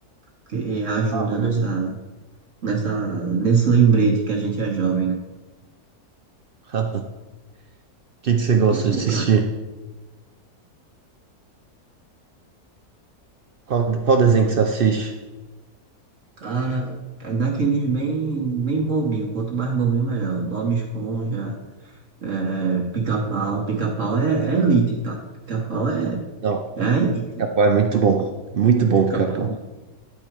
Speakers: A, on the right; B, on the right.
A: porque ajuda
B: Ah, maneiro.
A: nessa nessa, nesse lembrete que a gente é jovem, né?
B: <laughs> O que que você gosta
A: E tu,
B: de assistir?
A: cara?
B: Qual, qual desenho que você assiste?
A: Cara, é naqueles bem, bem bobinho. Quanto mais bobinho, melhor. Bob Esponja, é, Pica-Pau. Pica-Pau é, é elite, tá? Pica-Pau é,
B: Não,
A: é a elite.
B: Capão é muito bom. Muito bom,
A: Pica-Pau,
B: Capão.